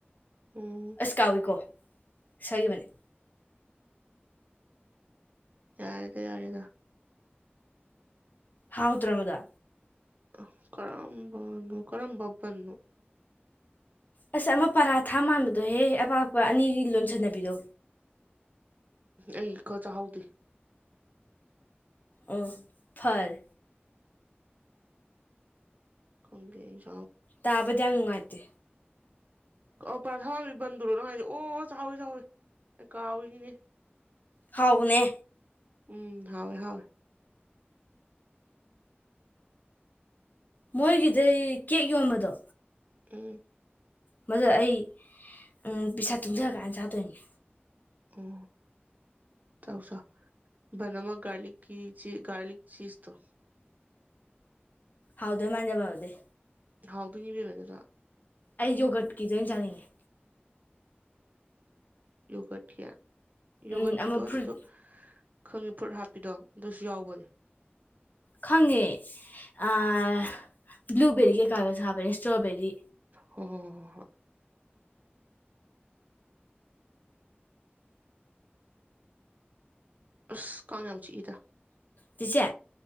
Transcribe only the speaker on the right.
ꯎꯝ
ꯌꯥꯔꯦꯗ ꯌꯥꯔꯦꯗ
ꯑꯥ ꯀꯔꯝꯕ ꯀꯔꯝꯕ ꯕꯟꯅꯣ
ꯑꯩ ꯀ ꯆꯥꯍꯧꯗꯦ
ꯈꯣꯡꯒꯦ ꯑꯩꯁꯨ
ꯀꯞ ꯄꯔꯥꯊꯥ ꯃꯥꯟꯕꯤ ꯕꯟꯗꯨꯔꯣ ꯅꯪ ꯍꯥꯢꯁꯦ ꯑꯣ ꯆꯥꯍꯧꯋꯤ ꯆꯥꯍꯧꯋꯤ ꯑꯩ ꯀꯥꯎꯏꯍꯦ ꯏ
ꯎꯝ ꯍꯥꯎꯋꯦ ꯍꯥꯎꯋꯦ
ꯑꯝ
ꯑꯣ ꯆꯥꯎ ꯆꯥꯎ ꯕꯟ ꯑꯃ ꯒꯥꯔꯂꯤꯛꯀꯤ ꯆꯤ ꯒꯥꯔꯂꯤꯛ ꯆꯤꯖ ꯇꯣ
ꯍꯥꯎꯗꯣꯏꯅꯤ ꯕꯦꯝꯕ ꯑꯗꯨꯅ
ꯌꯣꯒ꯭ꯔꯠꯀꯤꯔ ꯌꯣꯒ꯭ꯔꯠꯀꯤꯗꯣ
ꯑꯗꯨꯗꯣ ꯈꯪꯉꯤ ꯐꯨꯔꯠ ꯍꯥꯞꯄꯤꯗꯣ ꯑꯗꯨꯁꯨ ꯌꯥꯎꯕꯅꯦ
ꯎꯝ
ꯍꯣ ꯍꯣ ꯍꯣ ꯍꯣꯢ ꯑꯁ ꯀꯥꯡ ꯌꯥꯝ ꯆꯤꯛꯢꯗ